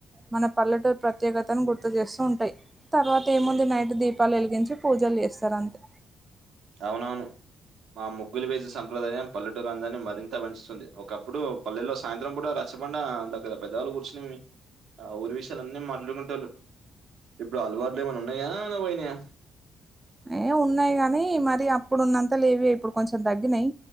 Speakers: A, on the right; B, on the right.
A: మన పల్లెటూరు ప్రత్యేకతను గుర్తు చేస్తూ ఉంటాయి తర్వాత ఏముంది నైట్ దీప్ దీపాలు ఎలిగించి పూజలు చేస్తారు అంతే
B: అవునవును మా ముగ్గులు వేసి సంప్రదాయం పల్లెటూరు అందాన్ని మరింత పెంచుతుంది ఒకప్పుడు పల్లెలో సాయంత్రం పూట చ్చబండా దగ్గర పెద్దవాళ్ళు కూర్చుని ఆ ఊరి విషయలు అన్నీ మాట్లాడుకుంటోళ్లు ఇప్పుడు అలవాట్లు ఏమైనా ఉన్నాయా ఏమన పోయినయా
A: ఏ ఉన్నాయి గానీ మరి అప్పుడు ఉన్నంత లేవిగ ఇప్పుడు కొంచెం తగ్గినయ్